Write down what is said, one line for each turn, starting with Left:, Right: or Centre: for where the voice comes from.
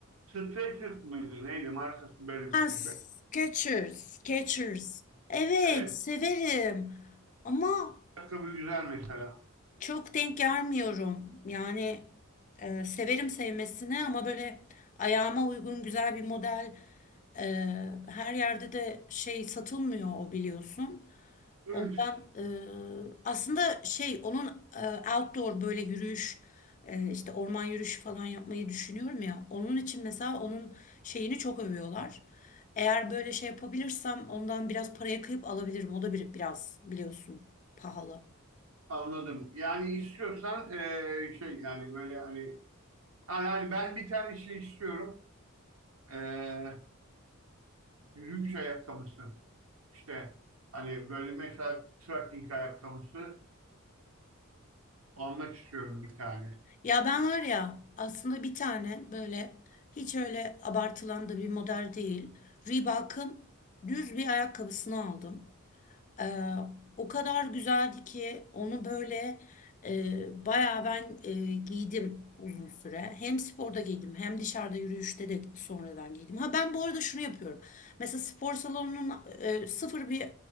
Right: Streç üstü müydü? Neydi? Markası böyle
Left: Ha,
Right: bir şey.
Left: Skechers, Skechers. Evet,
Right: Evet.
Left: severim. Ama
Right: Ayakkabı güzel mesela.
Left: Çok denk gelmiyorum. Yani e, severim sevmesine ama böyle ayağıma uygun güzel bir model e, her yerde de şey satılmıyor o biliyorsun.
Right: Üf,
Left: Ondan e, aslında şey onun e, outdoor böyle yürüyüş e, işte orman yürüyüşü falan yapmayı düşünüyorum ya. Onun için mesela onun şeyini çok övüyorlar. Eğer böyle şey yapabilirsem ondan biraz paraya kıyıp alabilirim. O da bir, biraz biliyorsun pahalı.
Right: anladım. Yani istiyorsan eee, şey yani böyle hani ha, yani ben bir tane şey istiyorum. Eee yürüyüş ayakkabısı. İşte hani böyle mesela trekking ayakkabısı almak istiyorum bir tane.
Left: Ya ben var ya aslında bir tane böyle hiç öyle abartılan da bir model değil. Reebok'un düz bir ayakkabısını aldım. Ee, o kadar güzeldi ki onu böyle e, bayağı ben e, giydim uzun süre. Hem sporda giydim hem dışarıda yürüyüşte de sonradan giydim. Ha ben bu arada şunu yapıyorum. Mesela spor salonunun e, sıfır bir